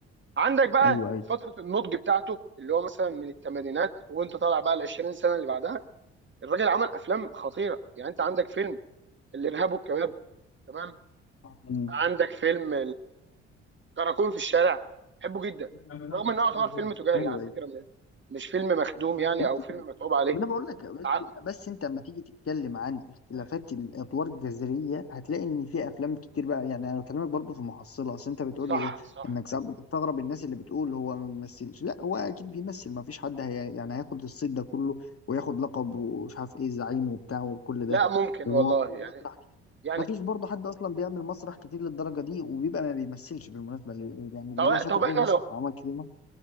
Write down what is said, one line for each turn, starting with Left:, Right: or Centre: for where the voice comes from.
Right: عندك بقى
Left: ايوه ايوه
Right: فتره النضج بتاعته اللي هو مثلا من الثمانينات وانت طالع بقى ال 20 سنه اللي بعدها الراجل عمل افلام خطيره يعني انت عندك فيلم الارهاب والكباب تمام
Left: امم
Right: عندك فيلم الكراكون في الشارع بحبه جدا
Left: ايوه
Right: رغم انه يعتبر فيلم تجاري
Left: ايوه
Right: على فكره م- مش فيلم مخدوم
Left: ماشي.
Right: يعني او فيلم متعوب عليه
Left: ما انا بقول لك بس
Right: ع-
Left: بس انت لما تيجي تتكلم عن اختلافات الادوار الجذريه هتلاقي ان في افلام كتير بقى يعني انا بكلمك برضو في محصله اصل انت بتقول
Right: صح
Left: لي ايه
Right: صح
Left: انك ساعات بتستغرب الناس اللي بتقول هو ما بيمثلش لا هو اكيد بيمثل ما فيش حد هي يعني هياخد الصيت ده كله وياخد لقب ومش عارف ايه زعيم وبتاع وكل
Right: لا
Left: ده
Right: ممكن
Left: وعامل
Right: والله يعني
Left: مسرح كتير
Right: يعني
Left: ما فيش برضه حد اصلا بيعمل مسرح كتير للدرجه دي وبيبقى ما بيمثلش بالمناسبه اللي- يعني اللي
Right: طب
Left: بيبقى شاطر
Right: طب
Left: قوي
Right: احنا
Left: مسرح
Right: لو
Left: وعمل كتير مسرح